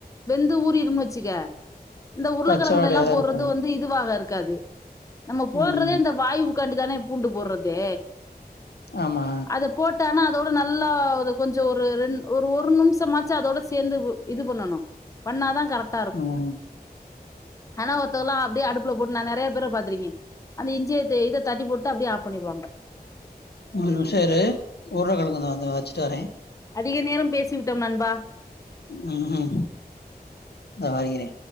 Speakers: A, on the left; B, on the left.
A: வெந்து ஊறிறும்ன்னு வச்சுக்க இந்த உருளைக்கெழங்கல
B: பச்சவாடையாதா
A: எல்லாம் போடுறது
B: இருக்காது
A: வந்து இதுவாக இருக்காது நம்ம போடறதே
B: ம்
A: இந்த வாய்வுக்காண்டி தானே பூண்டு போடுறது
B: ஆமா
A: அத போட் டானா அதோட நல்லா ஒரு கொஞ்சோ ஒரு ரெண் ஒரு ஒரு நிமிஷமாச்சும் அதோட சேர்ந்து இது பண்ணணு பண்ணாதா கரெக்ட்
B: ம்
A: ஆனா ஒருத்தவல்லாம் அப்டியே அடுப்புல போட்டு நா நெறைய பேர பாத்துருக்க அந்த இஞ்சிய தே இதைத் தட்டி போட்டு அப்டியே ஆப் பண்ணிருவாங்க
B: ஒரு நிமிஷ இரு உருளக்கெழங்கு இதா வந்து வச்சிட்டு வரே
A: அதிக நேரம் பேசி விட்டோம் நண்பா
B: ம் ம் இதோ வருகிறே